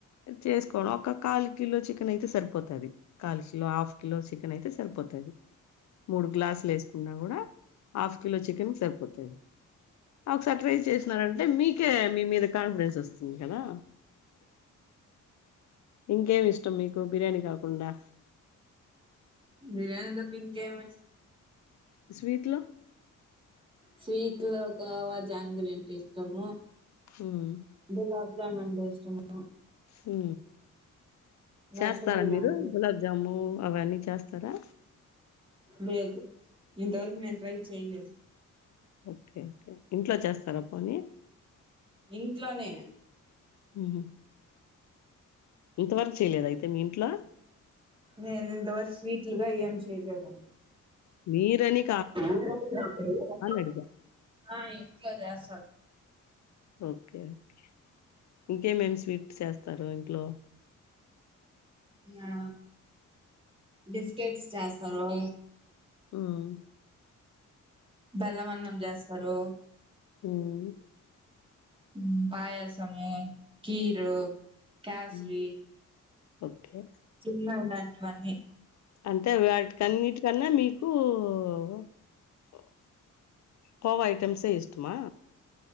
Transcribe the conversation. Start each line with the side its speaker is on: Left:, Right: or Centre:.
Left: చేసుకోవ ఒక క కిలో చికన్ అయితే సరిపోది. అది కాల్ కిలో, హాఫ్ కిలో చికెన్ అయితే సరిపోతాది మూడు గ్లాసులు వేసుకున్నా కూడా హాఫ్ కిలో చికెన్ సరిపోతది. ఒక సర్టప్రైజ్ చేసినారంటే మీకు అందుకే మీ మీద కాన్ఫిడెన్స్ వస్తుంది కదా. ఇంకేమి ఇష్టం. మీకు బిర్యానీ కాకుండా
Right: బిర్యాని తప్ప ఇంకేమి
Left: స్వీట్ లో
Right: స్వీట్ లో ఒకవా జాంగ్రీ అంటే ఇష్టము.
Left: హ్మ్.
Right: గులాబజమన్ ఇష్టమా
Left: హు చేస్తారా
Right: రసగుల్లా
Left: మీరు
Right: అంటే
Left: గులాబ్జాము అవన్నీ చేస్తారా
Right: లేదు ఇంతవరకు నను ట్రై చేయలేదు.
Left: ఓకే ఓకే ఇంట్లో చేస్తారా పోనీ
Right: ఇంట్లోనే
Left: హు హు ఇంతవరకు చేయలేదు అయితే మీ ఇంట్లో.
Right: నేను ఇంతవరకు స్వీట్లుగాని ఏం చెయ్యలేదు
Left: మీర అని
Right: <unintelligible>
Left: అడిగా.
Right: ఆ ఇంట్లో చేస్తారు.
Left: ఓకే ఓకే ఇంకేమేం స్వీట్ చేస్తారు ఇంట్లో.
Right: ఆ బిస్కెట్స్ జాస్తి <inaudible>
Left: మ్మ్
Right: బెల్లమన్నం చేస్తారు
Left: హ్మ్.
Right: మ్మ్ పాయసము కీరు క్యాసవి
Left: హ్మ్. ఓకే.
Right: చిన్నలాంటివన్ని
Left: అంటే వాటికన్నిటికన్నా మీకు ఊ కోవ ఐటమ్సే ఇష్టమా